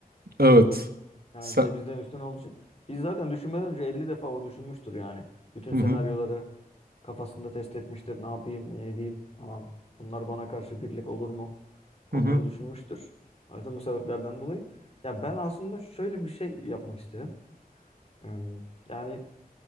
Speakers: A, on the right (about 80°); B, on the left (about 40°).
A: Evet.
B: Yani
A: Sen
B: bir de bizden üstün olduğu için biz zaten düşünmeden önce 50 defa o düşünmüştür yani. Bütün
A: hı
B: senaryoları
A: hı.
B: Kafasında test etmiştir. Ne yapayım, ne edeyim falan. Bunlar bana karşı birlik olur mu? Onları
A: Hı hı.
B: düşünmüştür. Zaten bu sebeplerden dolayı. Ya ben aslında şöyle bir şey yapmak istedim. Em, Yani